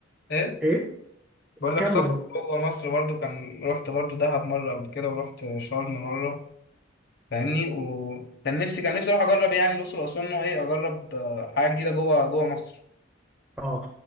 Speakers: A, on the left; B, in the centre.
A: ايه
B: إيه
A: بقول لك
B: كمل
A: سفر جوه مصر برضو كان رحت برضو دهب مره قبل كده ورحت شرم مره فاهمني وكان نفسي كان نفسي اروح اجرب يعني الاقصر واسوان ان هو ايه اجرب آه، حاجه جديده جوه جوه مصر
B: أه